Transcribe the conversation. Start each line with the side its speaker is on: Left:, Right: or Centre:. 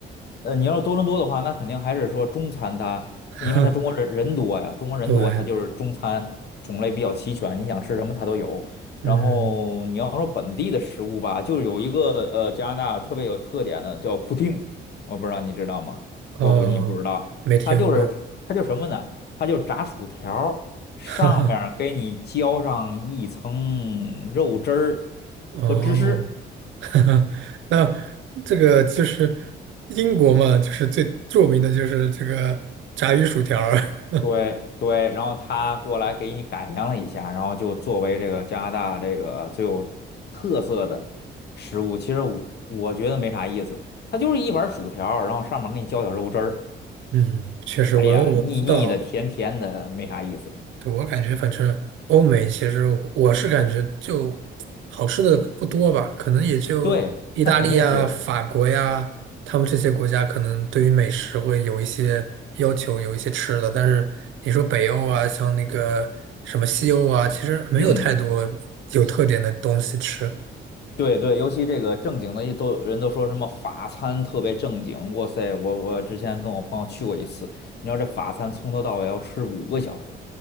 Left: 呃，你要是多伦多的话，那肯定还是说中餐它，
Right: <laughs>
Left: 因为它中国人人多呀，中国人多，
Right: 对，
Left: 它就是中餐种类比较齐全，你想吃什么它都有。然后你要说本地的食物吧，
Right: 嗯，
Left: 就有一个呃加拿大特别有特点的叫布丁，我不知道你知道吗？
Right: 哦，
Left: 我估计你不知道，
Right: 没听过。
Left: 它就是它就什么呢？它就是炸薯条。上面儿给你浇上一层肉汁儿
Right: <laughs> 哈哈，哦，
Left: 和芝士，
Right: <laughs> 哈哈，那这个就是英国嘛，就是最著名的就是这个炸鱼薯条儿 <laughs>
Left: 对对，然后他过来给你改良了一下，然后就作为这个加拿大这个最有特色的食物，其实我我觉得没啥意思，它就是一碗薯条儿然后上面给你浇点肉汁儿，
Right: 嗯，确实我我不知道。
Left: 哎呀，腻腻的，甜甜的，没啥意思。
Right: 对，我感觉反正欧美其实我是感觉就好吃的不多吧，可能也就意大利呀、
Left: 对，那肯定是，
Right: 法国呀，他们这些国家可能对于美食会有一些要求，有一些吃的。但是你说北欧啊，像那个什么西欧啊，其实没有太多有特点的东西吃，
Left: 嗯。对对，尤其这个正经的一都人都说什么法餐特别正经，哇塞，我我之前跟我朋友去过一次，你知道这法餐从头到尾要吃五个小时，